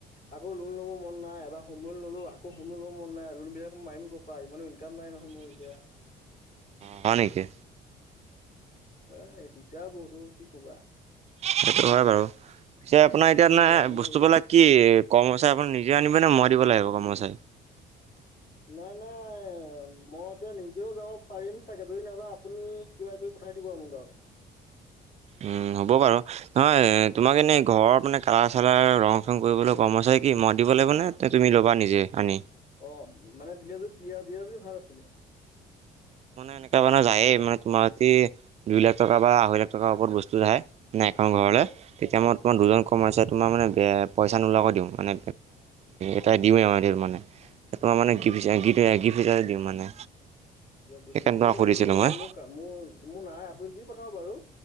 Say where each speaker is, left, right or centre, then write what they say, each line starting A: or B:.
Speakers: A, on the left (about 55°); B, on the right (about 40°).
A: আকৌ লোন ল'ব মন নাই এব হো লোন ললও আকৌ হোম ল'ব মন নাই লোনবিলাক মাৰিম ক' পৰা ইমান ইনকাম ম নহয় মই এতিয়া।
B: হয় নেকি।
A: অ এই দিগদাৰ বহুতো কি কবা।
B: সেইটো হয় বাৰু পিছে আপোনাৰ এতিয়া ন
A: ল'ৰা মানুহ
B: বস্তুবলাক
A: হৈ গ'ল।
B: কি কৰ্মচাই আপোনি নিজে আনিব। মানে মই দিব লাগিব ক মোৰ চাই।
A: নাই নাই মই এতিয়া নিজেও যাব পাৰিম চাগে ধৰি নাযাওঁ আপুনি কিবা কৰি পঠাই দিম। মুগাব।
B: উম হ'ব বাৰু নহয় তোমাক এনেই ঘৰৰ মানে কালাৰ চালাৰ ৰং। ফোন কৰিবলৈ গ'ম আছে কি মই দিব লাগিব ন তুমি ল'বা নিজে আনি।
A: অ মানে দিলা যদি দিয়া দিয়া যদি ভাল আছিলে।
B: এনেককাা মানে যায়ে মানে তোমাৰাতি দুই লাখ টকা বা আঢৈ লাখ টকাৰ ওপৰত বস্তু যায়। নাই এখন ঘৰলৈ
A: হয়
B: তেতিয়া মই তোমাৰ
A: হয়
B: দুজন কমাইছা তোমাৰ মানে। পইচা নোলোৱাকো দিওঁ মানে এটা দিওঁৱে আৰু মানে। তোমাৰ মানে গিফ হিচাপে দিওঁ মানে।
A: গৈছো
B: সেইকাৰণে তোমাক
A: মোৰ লাগিছিল
B: সুধিছিলোঁ
A: বাৰু
B: মই
A: মোৰ মোৰ মোৰ নাই আপুনি দি পঠাব বাৰু।